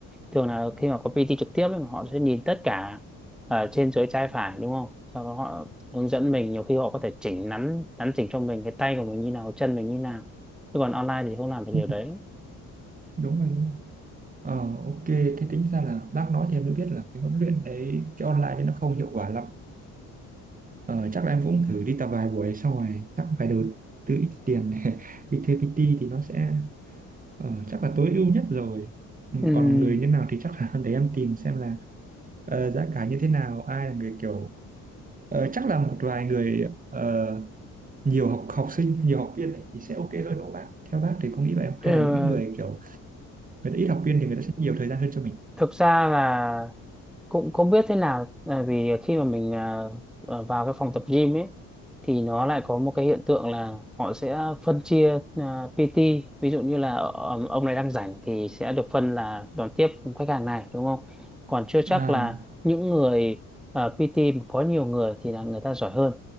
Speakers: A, in the centre; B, on the right.
A: thường là khi mà có PT trực tiếp ấy, họ sẽ nhìn tất cả ở trên dưới trái phải đúng không sau đó họ hướng dẫn mình nhiều khi họ có thể chỉnh nắn nắn chỉnh cho mình cái tay của mình như nào chân mình như nào chứ còn online thì không làm được
B: ừ,
A: điều đấy
B: đúng rồi đúng rồi Ờ ok, thế tính ra là bác nói thì em mới biết là cái huấn luyện đấy, cái online đấy nó không hiệu quả lắm Ờ, chắc là em cũng thử đi tập vài buổi xong rồi chắc phải đầu tư ít tiền để <laughs> đi thuê PT thì nó sẽ ờ, chắc là tối ưu nhất rồi ừ,
A: Ừm,
B: còn người như nào thì chắc là <laughs> để em tìm xem là ờ, giá cả như thế nào ai là người kiểu ờ, chắc là một vài người ờ, nhiều học học sinh nhiều học viên ấy, thì sẽ ok hơn đúng không bác theo bác thì có nghĩ vậy không hay
A: ờ,
B: là những cái người kiểu người ta ít học viên thì người ta sẽ nhiều thời gian hơn cho mình
A: thực ra là cũng không biết thế nào bởi vì khi mà mình à, ở vào cái phòng tập gym ấy thì nó lại có một cái hiện tượng là họ sẽ phân chia à, PT ví dụ như là ờ, ông này đang rảnh thì sẽ được phân là đón tiếp khách hàng này đúng không còn chưa chắc
B: à
A: là những người à, PT mà có nhiều người thì là người ta giỏi hơn